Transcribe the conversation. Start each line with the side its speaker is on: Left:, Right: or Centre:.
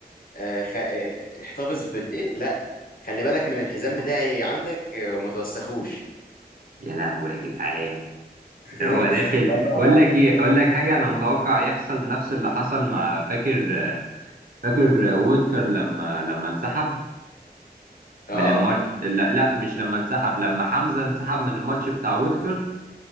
Left: آه خ... آه، احتفظ بالايه لا خلي بالك من الحزام بتاعي عندك آه، وما توسخوش
Right: يا لهوي يا جدعان
Left: <laughs>
Right: ده هو داخل
Left: فالولد
Right: بقول لك ايه اقول لك حاجه انا متوقع يحصل نفس اللي حصل مع فاكر فاكر وودكر لما لما انسحب
Left: اه
Right: من الماتش
Left: اه
Right: لا لا مش لما انسحب لما حمزه انسحب من الماتش بتاع وودكر